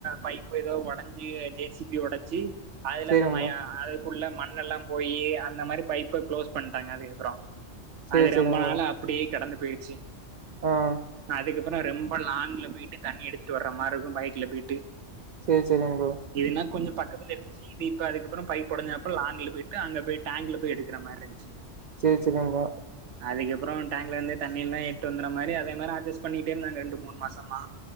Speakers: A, on the right (about 80°); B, on the right (about 55°).
A: பைப்பு ஏதோ ஒடஞ்சி ஜேசிபி ஒடச்சி அதுல
B: சேரிங்க
A: நம்மய
B: ப்ரோ
A: அ குள்ள மண்ணெல்லா போயி அந்த மாரி பைப்ப க்ளோஸ் பண்ணிட்டாங்க அதுக்கப்புறம்
B: சேரி
A: அது
B: சேரிங்க
A: ரொம்ப நாளா அப் அப்டியே கடந்து போயிச்சு
B: ஆன்
A: அதுக்கப்புறம் ரொம்ப லாங்க்ல போயிட்டு தண்ணி எடுத்துட்டு வர்ற மார்ருக்கும் பைக்ல போயிட்டு
B: சேர் செரிங்க ப்ரோ
A: இதுனா கொஞ்சம் பக்கத்துல இருந்துச்சு டீப் இப்ப அதுக்கப்பறம் பைப் ஒடஞ்ச அப்ப லாங்கல போயிட்டு அங்க போய் டேங்க்ல போய் எடுக்கற மாரி இருந்துச்சு
B: சேர் செரிங்க ப்ரோ
A: அதுக்கப்புறம் டேங்க்லருந்து தண்ணில்லா எட்டு வந்தற மாரி அதே மாரி அட்ஜட்ஸ் பண்ணிட்டேருந்தாங்க ரெண்டு மூண மாசமா